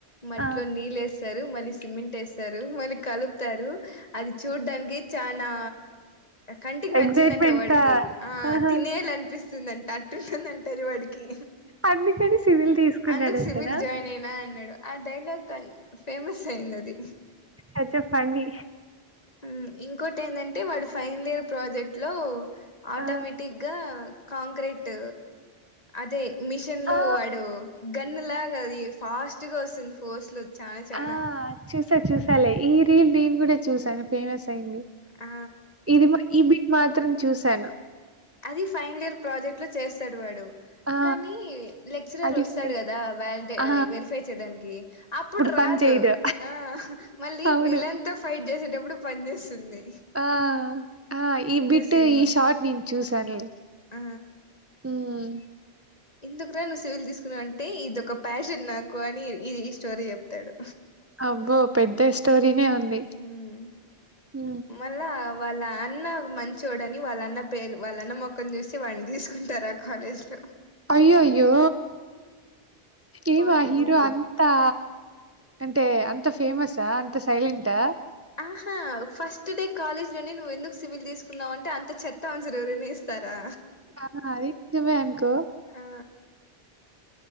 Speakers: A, on the left; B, on the right.
A: మట్టిలో
B: ఆ
A: నీళ్ళు వేస్తారు మళ్ళీ సిమెంట్ వేస్ తారు మళ్ళీ కలుపుతారు అది చూడ్డానికి చానా కంటికి
B: ఎగ్జైట్మెంటా
A: నచ్చిందంట వాడికి ఆ
B: ఆహా
A: తినేయాల అనిపిస్తుందింట అట్టుంటుందంటేది వాడికి
B: అందుకని సివిల్ తీసుకున్నాడంటనా
A: అందుకు సివిల్ జాయిన్ అయినా అన్నాడు ఆ డైలాగ్ ఫేమస్ అయిందది
B: అయితే ఫన్నీ
A: హ్మ్ ఇంకోటి ఏందంటే వాడు ఫైనల్ ఇయర్ ప్రాజెక్ట్ లో ఆటోమేటిగ్గా
B: ఆ
A: కాంక్రీట్ అదే మిషన్ లో
B: ఆ
A: వాడు గన్ను లాగా అది ఫాస్ట్ గా వస్తుంది ఫోర్స్ లో చానా చానా
B: ఆ చూసా చూసాలే ఈ రీల్ నేను కూడా చూసాను ఫేమస్ అయింది
A: ఆ
B: ఇది మా ఈ బిట్ మాత్రం చూసాను
A: అది ఫైనలియర్ ప్రాజెక్ట్ లో చేస్తాడు వాడు
B: ఆ
A: కానీ లెక్చరర్
B: అది
A: వస్తాడు
B: ఫ-
A: కదా వేలిడే
B: ఆ
A: వెరిఫై చేయడానికి అప్పుడు రాదు
B: పని చేయదు
A: ఆ మళ్ళీ
B: అవును
A: వీలంత్ తా ఫైట్ చేసేటప్పుడు పన్ చేస్తుంది
B: ఆ ఆ ఈ బిట్
A: సినిమా
B: ఈ షార్ట్ నేను చూసాను నేను
A: ఆ
B: హ్మ్
A: ఎందుకు రా నువ్వు సివిల్ తీసుకున్నావ్ అంటే ఇదొక ప్యాషన్ నాకు అని ఇ ఈ స్టోరీ చెప్తాడు
B: అబ్బో పెద్ద స్టోరీనే ఉంది
A: హ్మ్
B: ఉ
A: మళ్ళా వాళ్ళ అన్న మంచోడని వాళ్ళ అన్న పేరు వాళ్ళన్న మొఖం చూసి వాడ్ని తీసుకుంటారు అట్ కాలేజ్ లో
B: అయ్యయ్యో ఏమా
A: బాగుంటుంది
B: హీరో
A: సినిమా
B: అంతా అంటే అంత ఫేమస్సా అంత సైలెంటా
A: ఆహా ఫస్ట్ డే కాలేజ్ లోనే నువ్వు ఎందుకు సివిల్ తీసుకున్నావు అంటే అంత చెత్త ఆన్సర్ ఎవరైనా ఇస్తారా
B: కాదు అది నిజమే అనుకో
A: ఆ